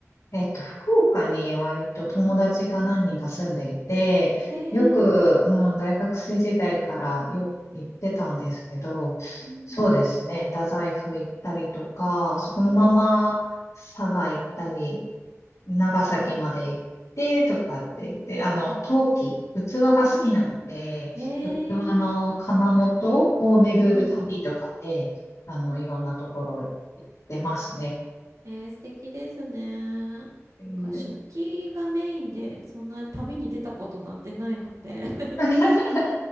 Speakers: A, on the left; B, on the right.
A: えっと、福岡に割と友達が何人か住んでいて、
B: うん。ねえ。
A: よく、うん、大学生時代からよく行ってたんですけど、
B: うん。
A: そうですね、太宰府行ったりとか、そのまま佐賀行ったり、
B: うん
A: 長崎まで行ってとかって言って、あの、陶器、器が好きなんで、
B: うんええ
A: 器の窯元を巡る旅とかで、
B: はい。
A: あの、いろんなところ行ってますね。
B: えー、素敵ですね。
A: っていう
B: なんか食器がメインで、そんな旅に出たことなんてないので、<laughs>
A: <laughs>